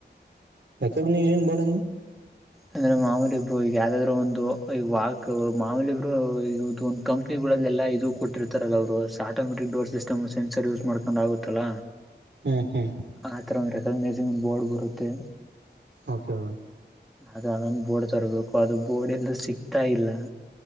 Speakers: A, on the right (about 80°); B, in the centre.
A: ಅಕ ಬಡ
B: ಅಂದ್ರೆ ಮಾಮೂಲಿಬರು ಈಗ ಯಾವ್ದಾದ್ರು ಒಂದು ಈ ವಾಕ್ ಮಾಮೂಲಿಬ್ರು ಒ ಕಂಪ್ನಿ ಲ್ಲ ಇದು ಕೊಟ್ಟಿರ್ತಾರಲ್ಲ ಅವರು ಆಟೋಮೆಟಿಕ್ ಡೋರ್ಿಸ್ಟಮ್ ಸೆನ್ಸರ್ ಯೂಸ್ ಮಾಡ್ಕೊಂಡ್ ಆಗುತ್ತಲ್ಲ
A: ಹ್ಮ್ ಹ್ಮ್
B: ಆಥರ ಒಂದ್ ರೆಕಗ್ನೈಸಿಂಗ್ ಬೋರ್ಡ್ ಬರುತ್ತೆ
A: ಓಕೆ ಮ್
B: ಅದು ಅದೊಂದು ಬೋರ್ಡ್ ತರ್ಬೇಕು ಅದು ಬೋರ್ಡ್ ಎಲ್ಲೂ ಸಿಗ್ತಾ ಇಲ್ಲ